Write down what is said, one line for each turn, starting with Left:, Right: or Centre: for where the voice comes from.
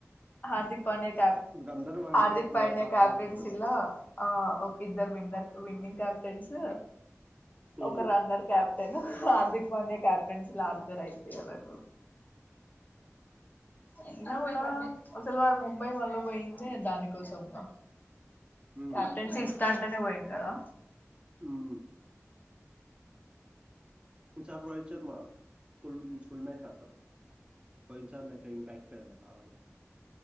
Left: హార్దిక్ పాండ్యా కప్
Right: వీళ్ళందరూ వరల్డ్
Left: హార్దిక్
Right: కప్‌లో
Left: పాండ్యా
Right: కప్స్
Left: క్యాప్టెన్స్
Right: కొట్టిర్రు.
Left: ఇలా ఆ ఇద్దర్ విన్నెఆర్ విన్నింగ్ క్యాప్టెన్స్
Right: హ్మ్.
Left: ఒక Runner captain Hardik Pandya captaincy లా ఆడుతారుయితే అ అయినా కూడా అసలు వారు ముంబై మళ్ళ పోయింది దానికోసము గా
Right: హ్మ్.
Left: కప్టన్సి ఇస్తాన్ అట్లనే పోయింది కదా
Right: ఉహు చార్ వాయిచర్మ ఫుల్ మీ ఫుల్ మ్యాచ్ ఆడుతారు పోయింసారి లేక ఇంపాక్ట్ అయిందా బాగా